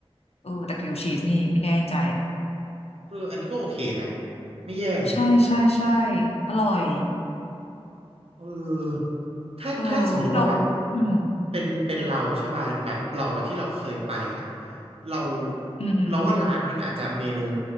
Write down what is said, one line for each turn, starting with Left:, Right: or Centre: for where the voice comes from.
Left: เออแต่กริลด์ชีสนี่ไม่แน่ใจ
Right: เอออันนี้ก็โอเคนะไม่แย่เลย
Left: ใช่ใช่ใช่อร่อย
Right: เออถ้าถ้าสมมุติว่าแบบ
Left: เออเราอืม
Right: เป็นเป็นเราใช่ป่ะแบบเราอะที่เราเคยไปอะเรา
Left: อือหือ
Right: เราว่าร้านมันอาจจะเมนู